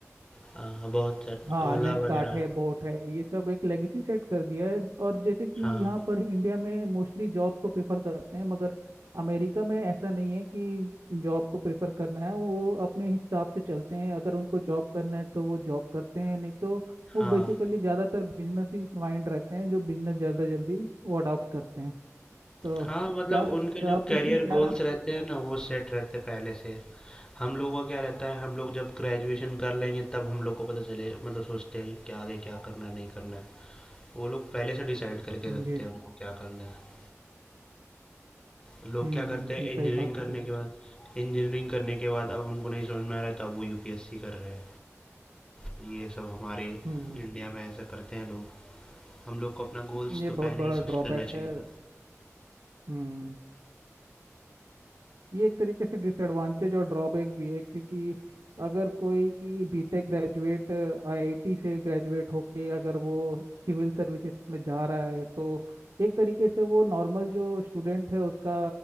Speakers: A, on the left (about 15°); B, on the right (about 85°).
A: हाँ हाँ, बहुत सर
B: हाँ
A: ओला
B: लेंस
A: वगैरह
B: कार्ट है बोट है ये सब एक लेगेसी सेट कर दिया है और जैसे कि
A: हाँ
B: यहाँ पर इंडिया में मोस्टली जॉब को प्रेफर करते हैं मगर अमेरिका में ऐसा नहीं है कि जॉब को प्रेफर करना है वो अपने हिसाब से चलते हैं अगर उनको जॉब करना है तो वो जॉब करते हैं नहीं तो वो
A: हाँ
B: बेसिकली ज़्यादातर बिजनेस ही माइंड रहते हैं जो बिजनेस ज़्यादा जल्दी वो अडॉप्ट करते हैं तो
A: हाँ मतलब
B: क्या
A: उनके जो
B: आप
A: करियर
B: इसमें क्या
A: गोल्स
B: राय
A: रहते
B: दे
A: हैं ना वो सेट रहते हैं पहले से हम लोगों का क्या रहता है हम लोग जब ग्रेजुएशन कर लेंगे तब हम लोग को पता चले मतलब सोचते हैं कि आगे क्या करना है नहीं करना है वो लोग पहले से डिसाइड करके रखते
B: जी जी
A: हैं उनको क्या करना है लोग
B: हम्म
A: क्या
B: हम्म,
A: करते हैं
B: जी
A: इंजीनियरिंग
B: सही बात
A: करने
B: है सही बात।
A: के बाद इंजीनियरिंग करने के बाद अब उनको नहीं समझ में आ रहा है तो अब वो यूपीएससी कर रहे हैं ये सब हमारे
B: हम्म
A: इंडिया में ऐसा करते हैं लोग हम लोग को अपना गोल्स
B: हम्म, ये
A: तो
B: बहुत
A: पहले
B: बड़ा
A: ही फिक्स
B: ड्रॉबैक
A: करना चाहिए
B: है
A: था
B: हम्म ये एक तरीके से डिसएडवांटेज और ड्रॉबैक भी है क्योंकि अगर कोई बीटेक ग्रेजुएट आईआईटी से ग्रेजुएट होके अगर वो सिविल सर्विसेज में जा रहा है तो एक तरीके से वो नॉर्मल जो स्टूडेंट है उसका